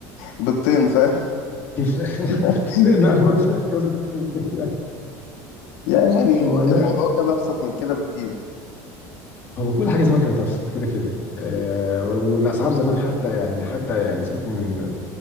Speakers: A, on the left; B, on the left.
A: بالطين فاهم
B: <laughs>
A: <laughs>
B: بطين أموت في جوز البطين إزاي يعني
A: يعني يعني
B: هو لا
A: الموضوع كان ابسط من كده بكتير
B: هو كل حاجه زمان كانت ابسط كده كده آه و- والاسعار زمان حتى يعني حتى يعني سيبك من